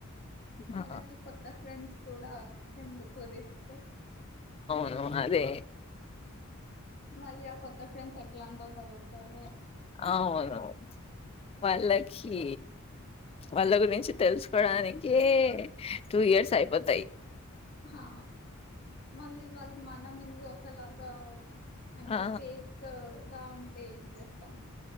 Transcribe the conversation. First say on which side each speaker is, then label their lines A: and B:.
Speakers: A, on the left; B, on the left.
A: ఆ!
B: మనకి కొత్త ఫ్రెండ్స్ కూడా ఎందుకో రిస్క్.
A: అవును అదే
B: మళ్ళీ ఆ కొత్త ఫ్రెండ్స్ యెట్లాంటోల్ తగుల్తారో
A: అవును వాళ్ళకి వాళ్ళ గురించి తెలుసుకోడానికే టూ ఇయర్స్ అ అయిపొతయ్
B: హా మళ్ళీ వాళ్ళు మన ముందు ఒక లాగా అంటే
A: ఆ
B: ఫేక్ గా ఉంటే ఏం చేస్తాం.